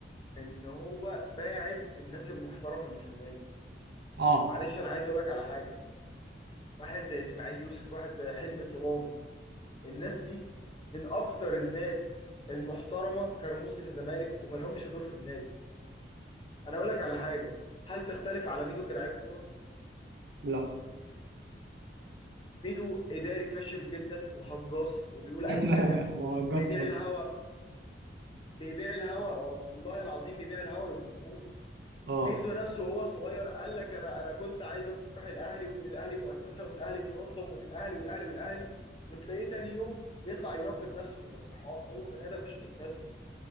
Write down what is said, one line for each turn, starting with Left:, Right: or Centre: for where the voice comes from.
Left: ان هو باعد الناس المحترمه اللي في النادي
Right: اه
Left: معلش انا عايز اقول لك على حاجه واحد زي اسماعيل يوسف واحد زي حلمي طولان الناس دي من اكتر الناس المحترمه كرموز للزمالك وما لهمش دور في النادي انا اقول لك على حاجه هل تختلف على ميدو كلاعب كوره
Right: لا
Left: ميدو اداري فاشل جدا وهجاص وبيقول
Right: <laughs>
Left: اي كلام
Right: هو هجاص
Left: وبيبيع
Right: قوي
Left: الهوا بيبيع الهوا والله العظيم بيبيع الهوا للجمهور
Right: اه
Left: ميدو نفسه وهو صغير قال لك انا انا كنت عايز اروح الاهلي وان الاهلي مؤسسه وان الاهلي منظم وان الاهلي والاهلي والاهلي وتلاقيه تاني يوم بيطلع يناقض نفسه في تصريحات هو بني ادم مش متزن